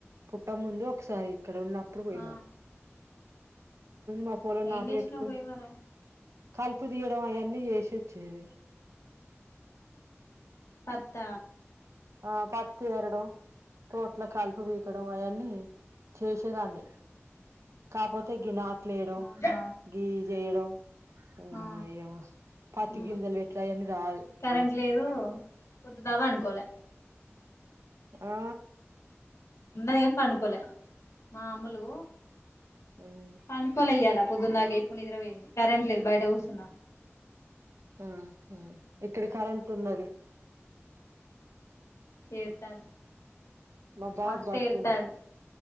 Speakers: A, on the right (about 75°); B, on the left (about 85°).
A: పుట్ట ముందు ఒకసారి ఇక్కడ ఉన్నప్పుడు పోయినా
B: ఆ
A: మా పొలం నాటు
B: ఏం చేసినవ్
A: పెట్టుకుం
B: పోయి మరి
A: కలుపు తీయడం అవన్నీ చేసే చేది
B: పత్త
A: ఆ పత్తి ఏరడం తోట్ల కాలుపు పీకడం అయన్నీ చేసేదాన్ని కాపోతే గి నాట్లు వేయడం
B: ఆహా
A: గి జేయడం ఓ
B: ఆ
A: యమ్మ పత్తి
B: ఉమ్
A: గింజలు అట్ల అని రాదు
B: కరెంట్ లేదు పొద్దదావా అనుకోలే
A: ఆ
B: ఉన్నది కాని పండుకోలే మా అమ్ములు
A: హ్
B: పండుకోలే ఇయ్యాల పొద్దుందాక ఇప్పుడు నిద్ర పోయింది, కరెంట్ లేదు బయట కూసున్న.
A: ఆహా ఇక్కడ కరెంట్ ఉన్నది.
B: ఏడ్తండు
A: మా బాబు
B: మస్త్
A: పడుకుండు
B: ఏడుత్తాండు.